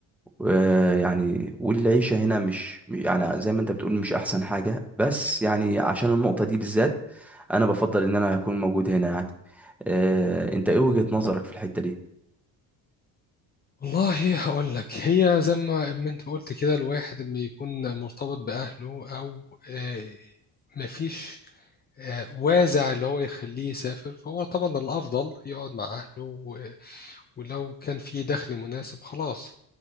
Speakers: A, in the centre; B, on the left.
A: ويعني والعيشة هنا مش يعني زي ما انت بتقول مش احسن حاجة بس يعني عشان النقطة دي بالذات انا بفضل ان انا اكون موجود هنا يعني آه، انت ايه وجهة نظرك في الحتة دي
B: والله هقول لك هي زي ما ما انت قلت كده الواحد لما يكون مرتبط بأهله او آه، مفيش آه، وازع اللي هو يخليه يسافر فهو طبعا الأفضل يقعد مع أهله و- ولو كان في دخل مناسب خلاص